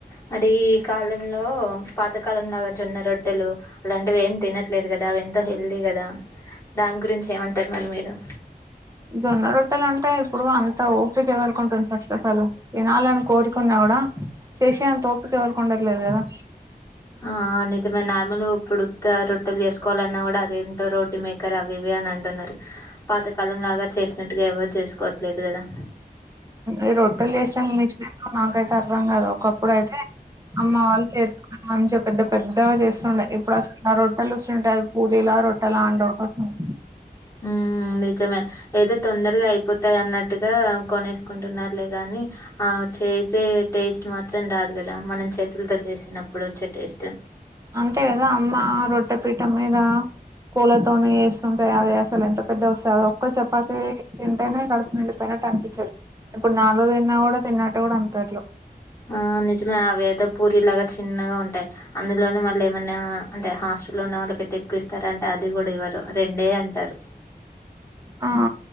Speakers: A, on the left (about 20°); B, on the right (about 20°).
A: మరి ఈ కాలంలో పాతకాలంలాగా జొన్న రొట్టెలు అలాంటివి ఏం తినట్లేదు కదా అవి ఎంతో హెల్దీ కదా దాని గురించి ఏమంటారు మరి మీరు
B: జొన్న రొట్టెలు అంటే ఇప్పుడు అంత ఓపిక ఎవరికుంటది ఫస్ట్ ఆఫ్ ఆల్ వినాలని కోరుకున్నా కుడా చేసే అంత వోపీక ఎవరికి ఉండట్లేదు కదా
A: ఆ నిజమే నార్మల్గా ఇప్పుడు ఉత్త రొట్టెలు చేసుకోవాలన్నా కూడా అదేంత రొటీ మే ఆవి ఇవి అని అంటున్నారు పాతకాలం లాగా చేసినట్టుగా ఎవరు చేసుకోవట్లేదు కదా
B: ఈ రొట్టెలు చేస్తాం మీచో నాకైతే అర్థం కదా ఒకప్పుడు అయితే అమ్మ వాళ్ళ చే మంచిగా పెద్ద పెద్దగా చేస్తుండే ఇప్పుడు అసలు రొట్టెలు వస్తుంటాయి అవి పూరీలా రొట్టెలా అనీ డౌట్ వస్తున్నయి.
A: హ్ నిజమే ఏదో తొందరగా అయిపోతాయి అన్నట్టుగా కొనేసుకుంటున్నారులే గాని ఆ చేసే టేస్ట్ మాత్రం రాదు కదా మనం చేతులతో చేసినప్పుడు వచ్చే టేస్ట్
B: అంతే కదా అమ్మ రొట్టే పీఠం మీద పూలతోనే ఏస్తుంటాయి అది అసలు అది ఎంత పెద్దగా వస్తుంది. అ ఒక్క చపాతి తింటెనే కడుపు నిండిపోయినట్టు అనిపించదు ఇప్పుడు నాలుగు తిన్నా కూడా తిన్నట్టు కూడా అనిపియట్లే
A: ఆ నిజమే ఆవి అయితే పూరి లాగా చిన్నగా ఉంటాయి అందులోనే మళ్ళ ఏమన్నా అంటే హాస్టల్లో ఉన్న వాళ్ళకైతే ఎక్కువ ఇస్తారా అంటే అది కూడా ఇవ్వరు రెండే అంటారు.
B: ఆ